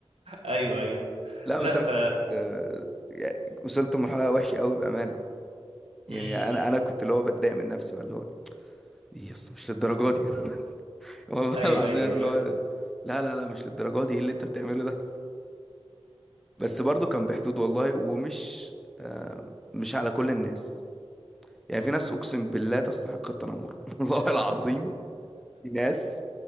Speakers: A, on the right; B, in the centre.
A: ايوه ايوه
B: لا
A: لا
B: بس أنا
A: ف
B: كنت آه، يعني وصلت لمرحلة وحشة أوي بأمانة يعني
A: امم،
B: أنا أنا كنت اللي هو بتضايق من نفسي بقى اللي هو إيه يا اسطى مش للدرجة دي <laughs> والله
A: ايوه
B: العظيم
A: ايوه
B: عارف
A: ايوه
B: اللي هو لا لا لا مش للدرجة دي إيه اللي أنت بتعمله ده بس برضو كان بحدود والله ومش آه، مش على كل الناس يعني في ناس أقسم بالله تستحق التنمر <laughs> والله العظيم في ناس